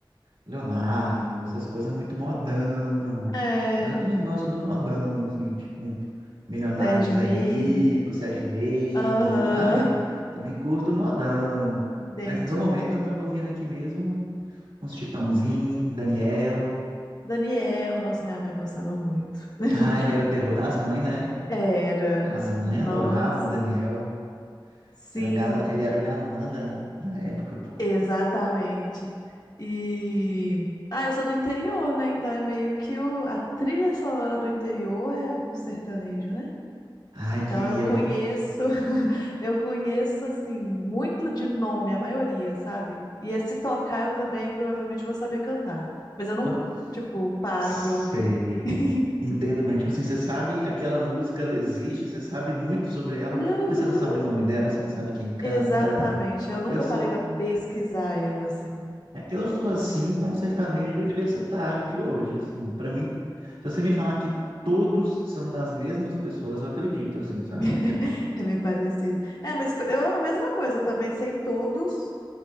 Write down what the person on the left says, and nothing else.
É.
Sérgio
Reis.
Aham,
<laughs> entendi.
Daniel, nossa, minha mãe gostava muito. <laughs>
Era.
Nossa.
Sim,
exatamente. E. Ah, eu sou do interior, né? Então é meio que o... a trilha sonora do interior é um sertanejo, né?
Então eu conheço,
<laughs> eu conheço assim, muito de nome, a maioria, sabe? E se tocar eu também provavelmente vou saber cantar, mas eu não,
tipo, paro
pra ouvir. <laughs>
Uhum.
Exatamente, eu nunca
parei pra pesquisar ela assim.
<laughs>
É meio parecido. É, mas co- eu é a mesma coisa, eu também sei todos,